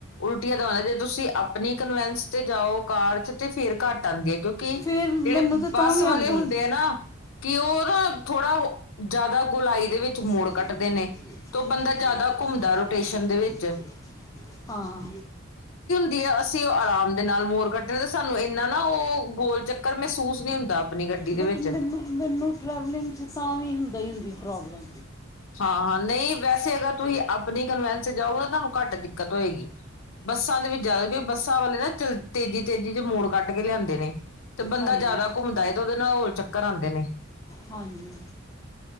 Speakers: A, on the left (about 75°); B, on the left (about 15°).
A: ਉਲਟੀਆਂ ਦਾ ਐ ਜੇ ਤੁਸੀਂ ਅਪ ਆਪਣੀ ਕਨਵੈਂਸ ਤੇ ਜਾਓ ਕਾਰ ਚ ਤੇ ਫੇਰ ਘੱਟ ਆਂਦੀ, ਕਿਉਂਕਿ
B: ਫਿਰ
A: ਜਿਹੜੇ
B: ਮੈਨੂੰ ਤੇ
A: ਬੱਸ
B: ਤਾਂ ਵੀ
A: ਵਾਲੇ
B: ਆਂਦੀ
A: ਹੁੰਦੇ
B: ਹੈ
A: ਆ ਨਾ, ਕਿ ਉਹ ਨਾ ਥੋੜਾ ਓਹ, ਜਿਆਦਾ ਗੁਲਾਈ ਦੇ ਵਿੱਚ
B: ਜਿਸ
A: ਮੋੜ
B: ਨੇੇ ਮੇਰੇ
A: ਕੱਟਦੇ
B: ਇਲਾਕੇ
A: ਨੇ
B: ਵਿੱਚ
A: ਤੇ ਉਹ ਬੰਦਾ
B: ਮੇਰੀ
A: ਜ਼ਿਆਦਾ
B: ਇਜਾਜ਼ਤ
A: ਘੁੰਮਦਾ
B: ਤੋਂ
A: ਰੋਟੇਸ਼ਨ
B: ਬਿਨਾਂ ਕੁਛ
A: ਦੇ
B: ਗਾਉਣ
A: ਵਿੱਚ
B: ਦੀ ਜ਼ਰਤ ਕੀਤੀ ਹੈ। ਹਾਂ।
A: ਵੀ ਅਸੀਂ ਉਹ ਆਰਾਮ। ਦੇ ਨਾਲ ਮੋਰ ਕੱਟਣੇ ਤੇ ਸਾਨੂੰ ਇੰਨਾ ਨਾ ਉਹ ਗੋਲ ਚੱਕਰ ਮਹਿਸੂਸ ਨਹੀਂ ਹੁੰਦਾ ਆਪਣੀ ਗੱਡੀ ਦੇ
B: ਬਟ
A: ਵਿੱਚ।
B: ਮੈਨੂੰ ਮੈਨੂੰ ਟਰੈਵਲਿੰਗ 'ਚ ਤਾਂ ਵੀ ਹੁੰਦਾ ਈ ਹੁੰਦੀ ਪ੍ਰੋਬਲਮ।
A: ਹਾਂ-ਹਾਂ, ਨਈ ਵੈਸੇ ਅਗਰ ਤੁਸੀਂ ਆਪਣੀ ਕਨਵੈਂਸ ਜਾਓ ਨਾ ਤੁਹਾਨੂੰ ਘੱਟ ਦਿੱਕਤ ਹੋਏਗੀ। ਬੱਸਾਂ ਦੇ ਵਿੱਚ ਜ਼ਿਆਦਾ। ਬੱਸਾਂ ਵਾਲੇ ਨਾ ਚਲ ਤੇਜ਼ੀ-ਤੇਜ਼ੀ ਚ ਮੋੜ ਕੱਟ ਕੇ ਲਿਆਂਦੇ ਨੇ, ਤੇ ਬੰਦਾ
B: ਹਾਂਜੀ
A: ਜ਼ਿਆਦਾ ਘੁੰਮਦਾਏ ਤੇ ਉਹਦੇ ਨਾਲ ਹੋਰ। ਚੱਕਰ ਆਉਂਦੇ ਨੇ
B: ਹਾਂਜੀ,